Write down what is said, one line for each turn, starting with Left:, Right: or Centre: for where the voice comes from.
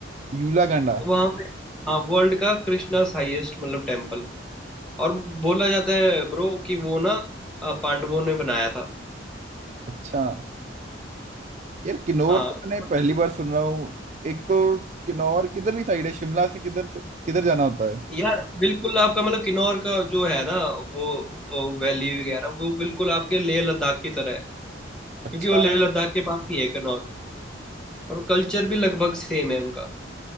Right: यूला कांडा
Centre: तो वहाँ पे हाँ वर्ल्ड का कृष्णाज हाईएस्ट मतलब टेम्पल और बोला जाता है ब्रो कि वो ना अ, पांडवों ने बनाया था
Right: अच्छा यार किन्नौर
Centre: हाँ
Right: तो मैंने
Centre: तो
Right: पहली बार सुन रहा हूँ एक तो किन्नौर किधरली साइड है शिमला से किधर से किधर जाना होता है
Centre: यार बिल्कुल आपका मतलब किन्नौर का जो है ना वो वैली वगैरह वो बिल्कुल आपके लेह लद्दाख की तरह है
Right: अच्छा
Centre: क्योंकि वो लेह लद्दाख के पास ही है किन्नौर और कल्चर भी लगभग सेम है उनका